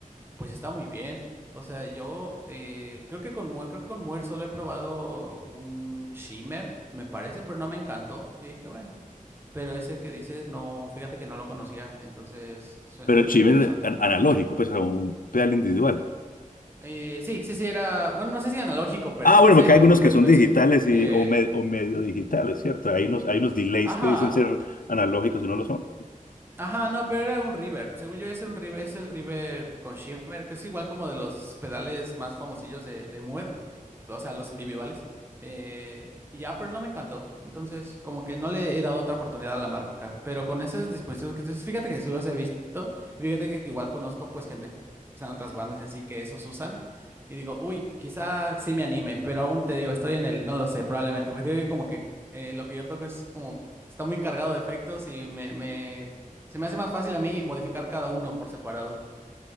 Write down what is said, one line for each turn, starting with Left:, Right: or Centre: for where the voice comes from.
Right: pues está muy bien. O sea, yo eh, creo que con Muir, creo que con Muir solo he probado un shimmer, me parece, pero no me encantó. Y dije, bueno, pero ese que dices, no, fíjate que no lo conocía, entonces suena,
Left: pero
Right: suena
Left: el chive
Right: interesante.
Left: es an- analógico, pues como un pedal individual.
Right: Eh, sí, sí, sí, era, bueno, no sé si analógico per
Left: Ah, bueno,
Right: se,
Left: porque
Right: porque
Left: hay algunos
Right: pues
Left: que son
Right: ves
Left: digitales y,
Right: que,
Left: o, me- o medio digitales, ¿cierto? Hay unos, hay unos delays
Right: ajá,
Left: que dicen ser analógicos y no lo son.
Right: Ajá, no, pero era un reverb. Según yo, es un reverb, es el reverb con shimmer, que es igual como de los pedales más famosillos de, de Moore, o sea, los individuales. Eh, y ya, pero no me encantó. Entonces, como que no le he dado otra oportunidad a la marca. Pero con esos dispositivos que dices, fíjate que sí los he visto. y Fíjate que igual conozco pues gente que está en otras bandas y así que esos usan. Y digo, uy, quizá sí me anime, pero aún te digo, estoy en el, no lo sé, probablemente. Porque te digo que como que eh, lo que yo toco es como, está muy cargado de efectos y me, me se me hace más fácil a mí modificar cada uno por separado.